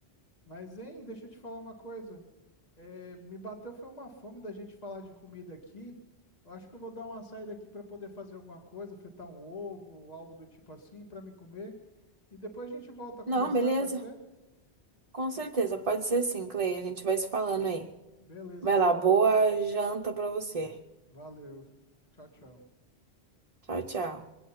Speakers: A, on the left; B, on the right.
A: Mas, hein, deixa eu te falar uma coisa. É, me bateu foi uma fome da gente falar de comida aqui. Eu acho que eu vou dar uma saída aqui para poder fazer alguma coisa, fritar um ovo, algo do tipo assim, para me comer. E depois a gente volta a conversar,
B: Não, beleza.
A: pode ser?
B: Com certeza,
A: Tra-
B: pode ser sim, Clay. A gente vai se falando aí.
A: Beleza,
B: Vai
A: então.
B: lá, boa janta pra você.
A: Valeu. Tchau, tchau.
B: Tchau, tchau.